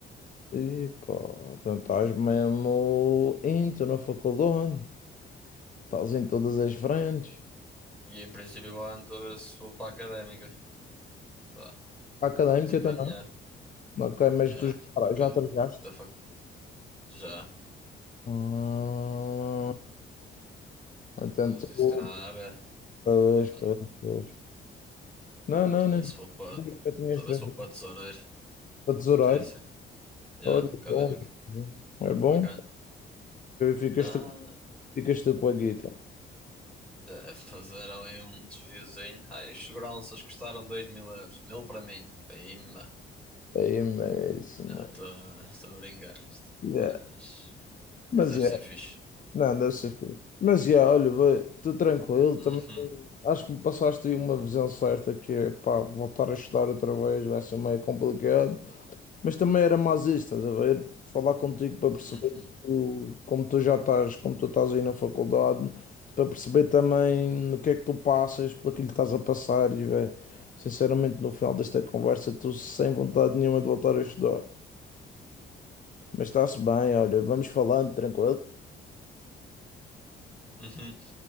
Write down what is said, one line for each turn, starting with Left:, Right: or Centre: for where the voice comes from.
Left: E pá, então estás mesmo into na faculdade. Estás em todas as frentes.
Centre: E em princípio, vou lá então ver se vou para a académica. Pá,
Left: Académica
Centre: isso é para
Left: também.
Centre: a minha.
Left: Ok, mas
Centre: É,
Left: tu já,
Centre: tipo,
Left: tra-
Centre: académica.
Left: já trajaste?
Centre: Da fac... Já.
Left: Ah, então
Centre: não existe
Left: tu.
Centre: nada a ver.
Left: Pois,
Centre: Pá,
Left: pois, pois. Não, não,
Centre: Talvez
Left: não.
Centre: se for para,
Left: Eu tinha
Centre: talvez
Left: trajado.
Centre: se for para tesoureiro.
Left: Para tesoureiro.
Centre: Sim, sim. Já,
Left: Olha,
Centre: académico.
Left: bom. É
Centre: Está
Left: bom.
Centre: bacana.
Left: Ficas
Centre: Tá
Left: tu, ficas tu com a guita.
Centre: a fazer ali um desviozinho. Ai, os seguranças custaram dois mil euros. Mil para mim. Pimba.
Left: Aí mesmo,
Centre: Não,
Left: mano.
Centre: estou a brincar. Isto-
Left: Yeah.
Centre: Mas,
Left: Mas
Centre: mas deve
Left: é,
Centre: ser fixe.
Left: não, deve ser fixe. Mas é, olha, estou tranquilo também.
Centre: Uhum,
Left: Acho que me passaste aí uma visão certa que é, pá, voltar a estudar outra vez vai ser meio complicado. Mas também era mais isso, estás a ver? Falar contigo para perceber
Centre: uhum,
Left: que tu- como tu já estás, como tu estás aí na faculdade, para perceber também no que é que tu passas, pelo que lhe estás a passar e, velho, sinceramente, no final desta conversa, estou sem vontade nenhuma de voltar a estudar. Mas está-se bem, olha, vamos falando, tranquilo?
Centre: uhum.